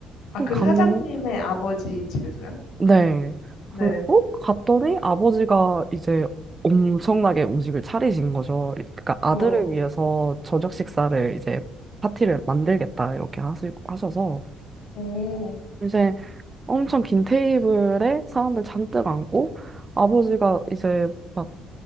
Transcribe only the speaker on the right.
갔는,
네. 그리고
갔더니 아버지가 이제 엄청나게 음식을 차리신 거죠. 그러니까 아들을
위해서 저녁 식사를 이제 파티를 만들겠다 이렇게 하시, 하셔서
이제 엄청 긴 테이블에 사람들 잔뜩 앉고 아버지가 이제 막